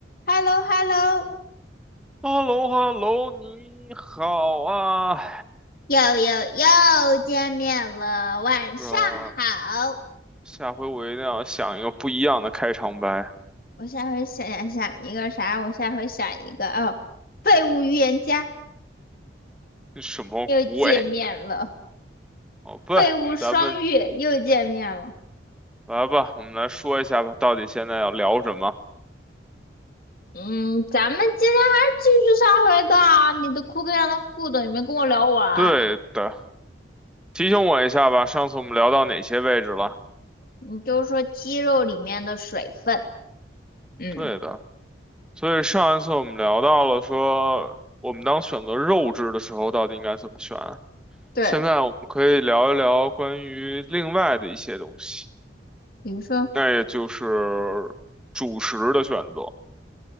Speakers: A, on the left (about 50°); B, in the centre.
A: h e l l o h e l l o
B: h e l l o h e l l o 你好啊！
A: 又又又见面了，晚上好。
B: 呃，下回我一定要想一个不一样的开场白。
A: 我下回想想一个啥？我下回想一个哦，废物预言家
B: 这什么鬼？
A: 又见面了，
B: 好吧，
A: 废物双月又见面了。
B: 咱们来吧，我们来说一下吧，到底现在要聊什么？
A: 嗯，咱们今天还是继续上回的啊你的库克上的副总你没跟我聊完，
B: 对的，提醒我一下吧，上次我们聊到哪些位置了？
A: 你就说鸡肉里面的水分，嗯，
B: 对的，所以上一次我们聊到了说，我们当选择肉质的时候，到底应该怎么选啊？
A: 对，
B: 现在我们可以聊一聊关于另外的一些东西。
A: 比如说，
B: 那也就是主食的选择。